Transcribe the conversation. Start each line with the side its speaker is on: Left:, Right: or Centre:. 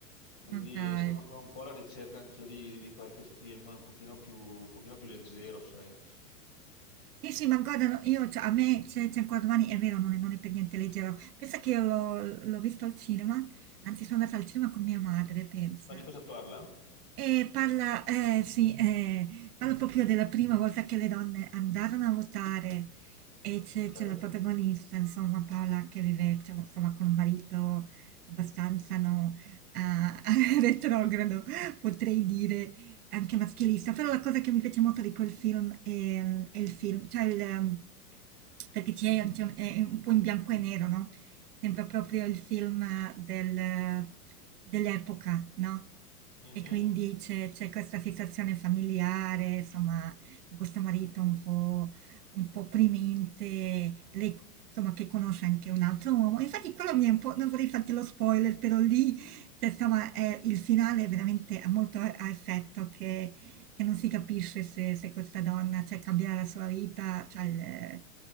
Left: Quindi
Right: Ma dai.
Left: sono, sono un po' alla ricerca anch'io di, di qualche film un pochino più, un pochino più leggero, sai?
Right: Sì, sì, ma guarda, no, io, cioè, a me c'è c'è ancora domani, è vero, non è, non è per niente leggero. Pensa che io l'ho l'ho visto al cinema, anzi sono andata al cinema con mia madre, pensa.
Left: Ma di cosa parla?
Right: E parla, eh, sì, eh, parla proprio della prima volta che le donne andarono a votare e c'è
Left: Ok.
Right: c'è la protagonista, insomma, Paola che vive, cioè, insomma, con un marito abbastanza no, ah, <laughs> retrogrado, potrei dire, anche maschilista. Però la cosa che mi piace molto di quel film è, è il film, cioè il, ehm, perché c'è, c'è un- è un po' in bianco e nero, no? sembra proprio il film del- dell'epoca, no?
Left: Mhm.
Right: E quindi c'è, c'è questa situazione familiare, insomma, con questo marito un po', un po' opprimente, lei insomma che conosce anche un altro uomo. Infatti quello mi è un po', non vorrei farti lo spoiler, però lì, cioè, insomma, è- il finale è veramente ha molto a, a effetto che, che non si capisce se, se questa donna, cioè, cambierà la sua vita, cioè, il-